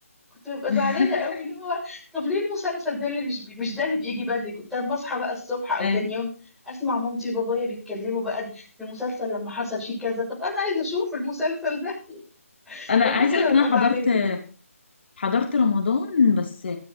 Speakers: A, in the centre; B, on the left.
A: كنت ببقى
B: <laughs>
A: زعلانه قوي اللي هو طب ليه المسلسل ده اللي مش بي... مش ده اللي بيجي بدري كنت أما اصحى بقى الصبح او
B: أي.
A: تاني يوم اسمع مامتي وبابايا بيتكلموا بقى المسلسل لما حصل فيه كذا طب انا عايزه اشوف المسلسل ده <laughs>
B: انا
A: فكنت
B: عايزه اقول
A: ببقى
B: لك ان انا حضرت
A: زعلانه
B: حضرت رمضان بس آه،